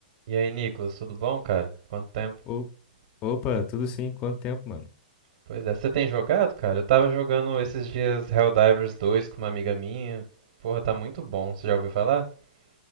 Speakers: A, on the right; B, on the left.
A: E aí, Nicolas, tudo bom, cara? Quanto tempo?
B: O- Opa, tudo sim? Quanto tempo, mano?
A: Pois é, você tem jogado, cara? Eu tava jogando esses dias Helldivers 2 com uma amiga minha. Porra, tá muito bom. Você já ouviu falar? O